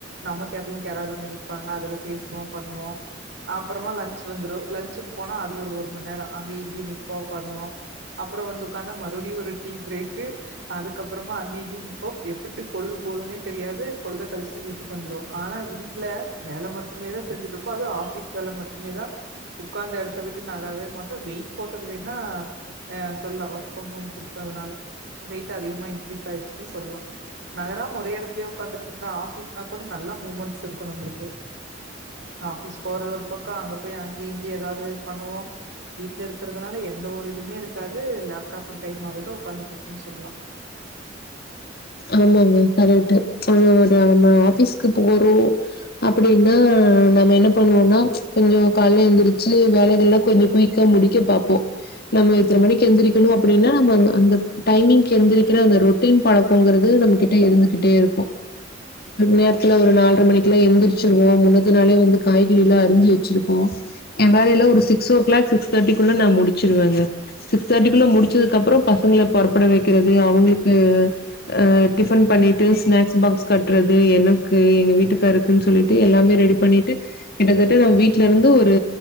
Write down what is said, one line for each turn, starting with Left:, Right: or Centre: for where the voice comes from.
Right: நம்ம கேபின் க்கு யராது வந்து நிப்பாங்க அதுல பேசுவோ பண்ணுவோ அப்பறமா லன்ச் வந்துரு லன்ச்க்கு போனா அது ஒரு மண்நேரோ அங்கயு இங்கயு நிப்போ பண்ணுவோ அப்பறோ வந்து உக்காந்த ம மறுபடியு ஒரு டீ பிரேக் அதுக்கப்பறமா அங்கயு இங்கயு நிப்போ எப்படி பொழுது போதுனே தெரியாது பொழுத கழிச்சுட்டு வீட்டுக்கு வந்துருவோ ஆனா வீட்ல வேல மட்டுமேதா செஞ்சிட்டு இருப்போ அதும் ஆபீஸ் வேலை மட் டுமேதா உக்காந்த எடத்த விட்டு நகரவே மாட் ம், வெயிட் போட்டது வேணா அ சொல்லா ஃப்ரம் ஹோம் குடுத்ததுனால வெயிட் அதிகமா இன்க்ரீஸ் ஆயிடுச்சுன்னே சொல்லலா நகராம ஒரே எடத்துலயே உக்காந்துட்டு இருந்தா ஆஃபிஸ்னா கூட நல்ல மூமெண்ட்ஸ் இருக் க்கு நம்மளுக்கு ஆஃபீஸ் போறது ஒரு பக்கோ அங்க போய் அங்கயு இங்கயு ஏதாவது பண்ணுவோ வீட்ல இருக்கறதுனால எந்த ஒரு இதுவுமே இருக்காது லேப் டாப்பும் கையுமாவேதா உக்காந்துட்டுருபோன்னு சொல்லலா
Left: ஆமாங்க கரெக்ட்டு ச் ஆஹ் ஒரு நா ஆபீஸ்க்கு போறோ அப்டினா நம்ம என்ன பண்ணுவோனா ச் கொஞ்சோ காலேல எந்துருச்சு வேலைகல்லாம் கொஞ்சோ குய்க்கா முடிக்க பாப்போம் நாம எத்தன மணிக் எந்திரிக்கணும் அப்டினா நம்ம அந்த டைமிங்க்கு எந்திரிக்கிற அந்த ரொட் டின் பழக்கம்ங்குறது நமக் கிட்ட இருந்துகிட்டே இருக்கு நேரத்துல ஒரு நாள் <unintelligible> மணிக்கெல்ல எந்துருச்சுருவோம் முன்னத்த நாளே வந்து காய்கறியெல்லாம் அருஞ்சு வச்சுருப்போம் என் வேல லாம் ஒரு சிக்ஸ் ஓ கிளாக் சிக்ஸ் தேர்டிகுள்ள நா முடிச்சுருவேங்க சிக்ஸ் தேர்ட்டிக்குள்ள முடிச்சதுக்கு அப்பறம் பசங்கள புறப்பட வக்கிறது அவுங்களுக் கு ஆஹ் டிஃபன் பண்ணிட்டு ஸ்நாக்ஸ் பாக்ஸ் கட்டுறது எனக்கு எங்க வீட்டுக்காருக்குன்னு சொல்லிட்டு எல்லாமே ரெடி பண்ணிட்டு கிட்டத்தட்ட நான் வீட்ல இருந்து ஒரு